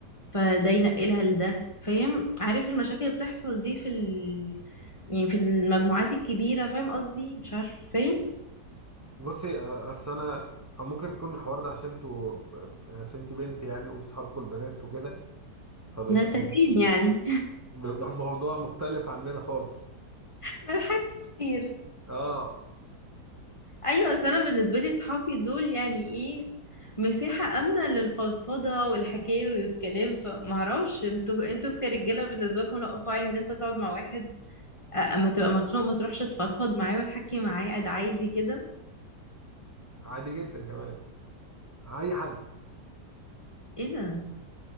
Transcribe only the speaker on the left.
فده ينقلها لده فاهم عارف المشاكل اللي بتحصل دي في ال... يعني في المجموعات الكبيرة فاهم قصدي مش عارف فاهم
نتاتين يعني
<laughs> ملحك كتير
ايوه بس انا بالنسبة لي صحابي دول يعني ايه مساحة آمنة للفضفضة والحكاوي والكلام فمعرفش انتوا انتوا كرجالة بالنسبة لكم لا فاين ان انت تقعد مع واحد أ- اما تبقى مخنوق ما تروحش تفضفض معاه وتحكي معاه قاعد عادي كده
ايه ده